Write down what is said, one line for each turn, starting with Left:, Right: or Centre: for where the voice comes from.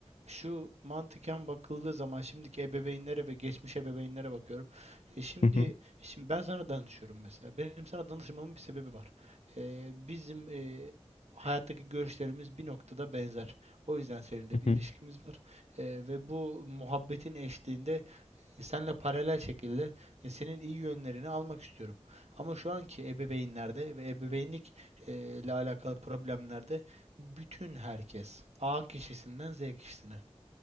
Right: şu mantıken bakıldığı zaman şimdiki ebeveynlere ve geçmiş ebeveynlere bakıyorum. E şimdi
Left: Hı hı,
Right: şimdi ben sana danışıyorum mesela. Benim sana danışmamın bir sebebi var. Eee, bizim eee, hayattaki görüşlerimiz bir noktada benzer. O yüzden seninle
Left: hı
Right: bir
Left: hı.
Right: ilişkimiz var. Eee, ve bu muhabbetin eşliğinde e, Senle paralel şekilde e, senin iyi yönlerini almak istiyorum. Ama şu anki ebeveynlerde ve ebeveynlik e, ile alakalı problemlerde bütün herkes A kişisinden Z kişisine